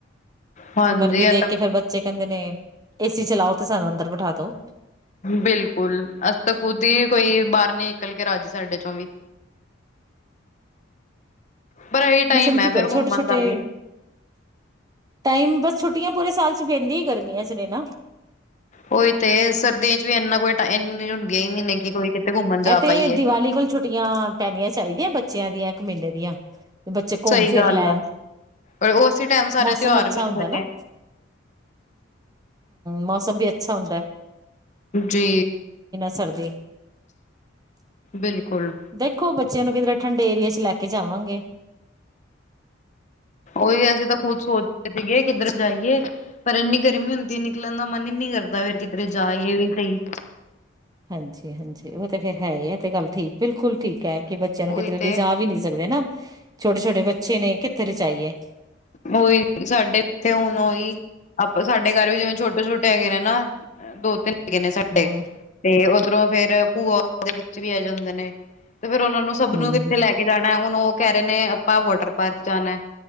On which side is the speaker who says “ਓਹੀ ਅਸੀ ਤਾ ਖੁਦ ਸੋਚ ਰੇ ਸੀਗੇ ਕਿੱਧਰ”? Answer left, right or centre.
Left